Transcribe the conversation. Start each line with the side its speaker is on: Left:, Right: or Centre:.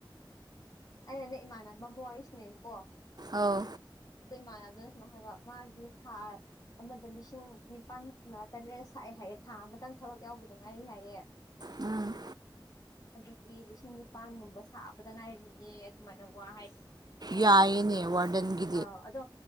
Left: ꯑꯩꯅ ꯅꯦꯛ ꯏꯃꯥꯟꯅꯕ ꯑꯃ ꯋꯥꯔꯤꯁꯤꯅꯦꯕꯀꯣ
Right: ꯑꯧ
Left: ꯑꯩ ꯏꯃꯥꯟꯅꯗꯁꯃ ꯍꯥꯏꯕ ꯃꯥꯒꯤ ꯁꯥ ꯑꯃꯗ ꯂꯤꯁꯤꯡ ꯅꯤꯄꯥꯟ ꯀꯥ ꯇꯔꯦꯠ ꯁꯛꯑꯦ ꯍꯥꯏꯌꯦꯦ ꯊꯥ ꯑꯃꯇꯪ ꯊꯕꯛ ꯌꯥꯎꯕꯗ ꯉꯥꯏꯔꯤ ꯍꯥꯏꯌꯦꯦ
Right: ꯎꯝ
Left: ꯑꯗꯨꯗꯒꯤ ꯂꯤꯁꯤꯡ ꯅꯤꯄꯜꯒꯨꯝꯕ ꯁꯥꯕꯗ ꯉꯥꯏꯔꯤꯌꯦ ꯑꯗꯨꯃꯥꯏꯅ ꯋꯥ
Right: ꯌꯥꯏꯅꯦ ꯋꯥꯗꯟꯒꯦ
Left: ꯑ ꯑꯗꯣ